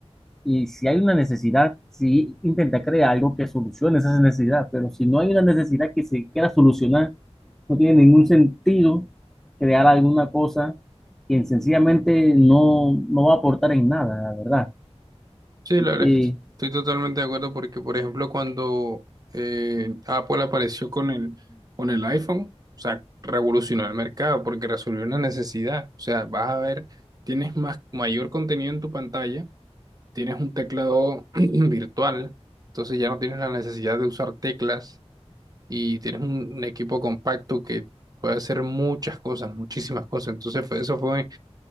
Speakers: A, in the centre; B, on the right.
A: Y si hay una necesidad, sí intenta crear algo que solucione esa necesidad, pero si no hay una necesidad que se quiera solucionar, no tiene ningún sentido crear alguna cosa que sencillamente no, no va a aportar en nada, la verdad.
B: Sí, la verdad
A: Y,
B: es que estoy totalmente de acuerdo porque, por ejemplo, cuando eh, Apple apareció con el, con el iPhone, o sea, revolucionó el mercado porque resolvió una necesidad. O sea, vas a ver, tienes más, mayor contenido en tu pantalla, tienes un teclado <clears throat> virtual, entonces ya no tienes la necesidad de usar teclas y tienes un, un equipo compacto que puede hacer muchas cosas, muchísimas cosas. Entonces, fue- eso fue